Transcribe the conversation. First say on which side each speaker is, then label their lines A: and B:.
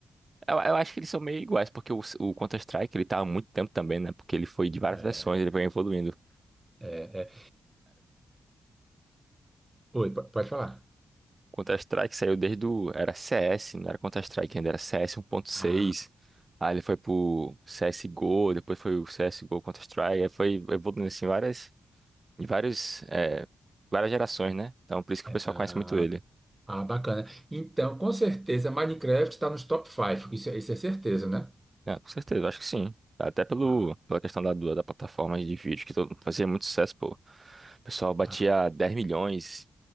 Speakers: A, on the right; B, on the right.
A: eu, eu acho que eles são meio iguais, porque o, o Counter-Strike ele tá há muito tempo também, né? Porque ele foi de várias
B: É,
A: versões, ele foi evoluindo.
B: é, é. Oi, po- pode falar.
A: Counter-Strike saiu desde o. Era CS, não era Counter-Strike ainda, era CS 1.6.
B: Ah,
A: Aí ele foi pro CSGO, depois foi o CSGO Counter-Strike, aí foi evoluindo assim várias, em vários, é, várias gerações, né? Então por isso que o pessoal
B: ah,
A: conhece muito ele.
B: ah, bacana. Então, com certeza, Minecraft está nos top 5. Isso, é- isso é certeza, né?
A: Ah, com certeza, acho que sim. Até pelo,
B: Ah,
A: pela questão da, do- da plataforma de vídeo, que todo- fazia muito sucesso, pô. O pessoal batia
B: ah.
A: 10 milhões,